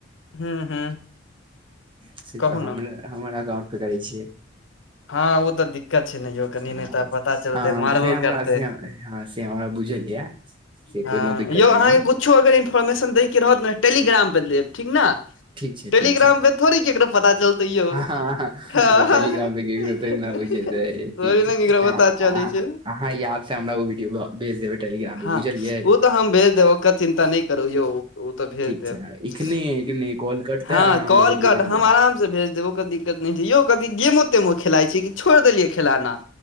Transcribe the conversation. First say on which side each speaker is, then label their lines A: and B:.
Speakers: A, on the left; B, on the right.
A: हूँ हूँ
B: <inaudible> से
A: कहू
B: तऽ हम
A: ने
B: हमर अकाउंट पे करै छियै
A: हँ ओ तऽ दिक क्कत छै ने यौ कनि
B: हँ
A: नहि तऽ पता चलतै
B: हँ
A: मारबो
B: से हमरा
A: करतै
B: से हँ से हमरा बुझल य से
A: हँ
B: कोनो दिक्कत
A: यौ
B: नहि
A: अहाँकेँ
B: है
A: किछो अगर इन्फोर्मेशन दैके रहत ने टेलीग्राम पर देब ठीक न
B: ठीक छै
A: टेलीग्राम
B: ठीक छै
A: पे थोड़ी केकरो पता चलतै यौ
B: हँ
A: <inaudible> ह
B: यौ टेलीग्राम
A: ह <inaudible>
B: पे केकरो थोड़े ने
A: नै
B: होइ
A: थोड़ी
B: छै तऽ ठीक छै
A: ने केकरो
B: अहाँ
A: पता
B: अहाँ
A: चलै छै
B: अहाँ याद से हमरा ओ वीडियो भेज देबै टेलीग्राम पे
A: हँ
B: बुझलियै
A: ओ तऽ हम भेज देब चिन्ता नहि करू यौ ओ तऽ भेज
B: ठीक छै
A: देब
B: एखने एखने
A: <inaudible>
B: कॉल कटतै
A: हँ
B: आर अहाँ हमरा
A: कल
B: वीडियो
A: कट
B: भेजबै
A: हम अराम भेज देबौ ओइ कऽ दिक्कत नहि छै यौ की गेमो तेमो खेलाइ छै कि छोड़ि देलियै खेलाना